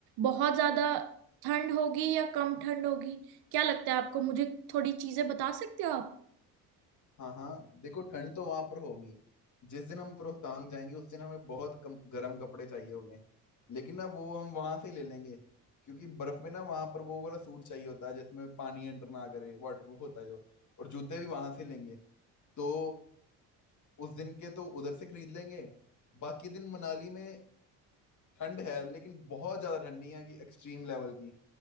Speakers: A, on the right (about 55°); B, on the left (about 40°).
A: बहुत ज्यादा ठंड होगी या कम ठंड होगी क्या लगता है आपको मुझे थोड़ी चीजें बता सकते हो आप
B: हाँ हाँ देखो ठंड तो वहां पर होगी जिस दिन हम रोहतांग जाएंगे उस दिन हमें बहुत कम गर्म कपड़े चाहिए होंगे लेकिन ना वो हम वहां से ही ले लेंगे क्योंकि बर्फ में ना वहां पर वो वाला सूट चाहिए होता है जिसमें पानी एंटर ना करे वाटरप्रूफ होता है जो और जूते भी वहां से लेंगे तो उस दिन के तो उधर से खरीद लेंगे बाकी दिन मनाली में ठंड है लेकिन बहुत ज्यादा ठंड नहीं है कि एक्सट्रीम लेवल की